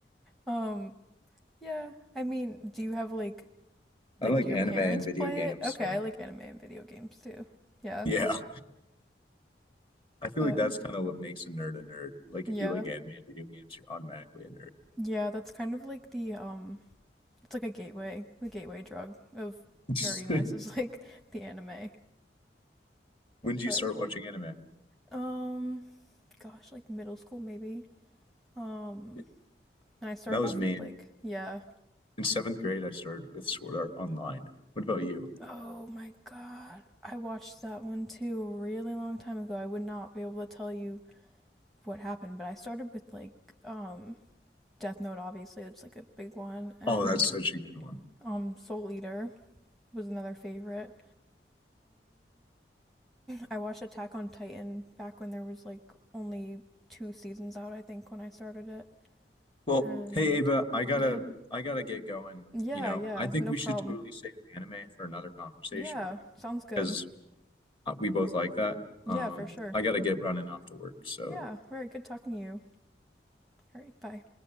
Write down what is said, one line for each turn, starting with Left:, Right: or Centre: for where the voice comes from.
Centre: Um yeah. I mean, do you have like
Left: I
Centre: like
Left: like
Centre: do your
Left: anime
Centre: parents
Left: and video
Centre: play
Left: games,
Centre: it? Okay,
Left: so
Centre: I like anime and video games too. Yeah.
Left: yeah. I feel
Centre: But
Left: like that's kind of what makes a nerd a nerd. Like
Centre: yeah.
Left: if you like anime and video games, you're automatically a
Centre: Yeah, that's kind of like the um it's like a gateway, the gateway drug of
Left: nerd.
Centre: nerdiness is
Left: <laughs>
Centre: like <laughs> the anime.
Left: When did
Centre: But
Left: you start watching anime?
Centre: um gosh, like middle school maybe. Um,
Left: Yeah,
Centre: and I started
Left: That was
Centre: off
Left: me.
Centre: with like, yeah.
Left: In seventh grade, I started with Sword Art Online. What about you?
Centre: Oh my God. I watched that one too a really long time ago. I would not be able to tell you what happened, but I started with like um Death Note obviously, it's like a big one and
Left: Oh, that's such a good one.
Centre: um Soul Eater was another favorite. I watched Attack on Titan back when there was like only two seasons out, I think, when I started it.
Left: Well,
Centre: And
Left: hey Ava,
Centre: <laughs>
Left: I gotta
Centre: yeah.
Left: I gotta get going.
Centre: Yeah,
Left: You know,
Centre: yeah,
Left: I think
Centre: no
Left: we
Centre: problem.
Left: should totally save anime for another conversation
Centre: Yeah, sounds good.
Left: because we both like that.
Centre: Yeah,
Left: Um,
Centre: for sure.
Left: I gotta get running off to work, so
Centre: Yeah. All right. Good talking to you. All right. Bye.